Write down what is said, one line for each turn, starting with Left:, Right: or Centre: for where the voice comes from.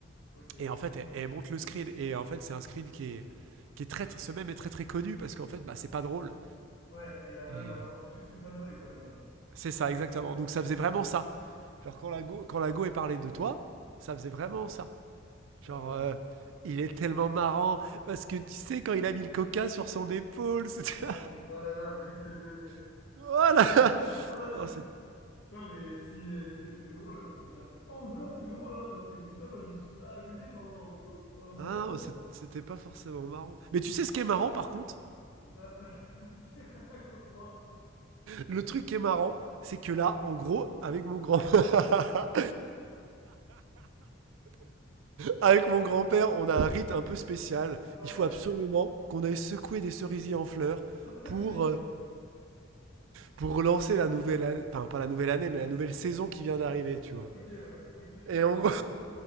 Left: ok.
Right: Et en fait elle, elle monte le screen et en fait c'est un screen qui est qui est très, ce même est très très connu parce qu'en fait bah c'est pas drôle
Left: Ouais, et la meuf,
Right: et,
Left: vraiment, c'est juste une fanboy quoi, la meuf.
Right: C'est ça, exactement. Donc
Left: C'est
Right: ça
Left: une fangirl.
Right: faisait vraiment ça. Genre quand la go, quand la go est parlé de toi, ça faisait vraiment ça.
Left: Putain,
Right: Genre euh,
Left: mais-
Right: il est tellement marrant parce que tu sais quand il a mis le coca sur son épaule, c'était
Left: oh, mais, oh là là, mais c'était...
Right: <laughs> voilà.
Left: <laughs> Oh,
Right: Non, c'est-
Left: Putain, mais si, euh, si elle était drôle, elle me trouverait encore plus drôle, hein, parce que putain, moi je me suis pas amusé pendant pouf, un bon
Right: ah,
Left: moment.
Right: c'est- c'était pas forcément marrant. Mais tu sais ce qui est marrant par contre
Left: Bah, bah, <laughs> vas-y, raconte-moi.
Right: Le truc qui est marrant, c'est que là, en gros, avec mon grand <laughs> avec mon grand-père, on a un rite un peu spécial.
Left: Ouais,
Right: Il faut absolument qu'on aille secouer des cerisiers en fleurs pour
Left: ok,
Right: euh, pour relancer la nouvelle année, enfin pas la nouvelle année, mais la nouvelle saison qui vient d'arriver, tu vois.
Left: ok, ouais, ok, je capte.
Right: Et en gros,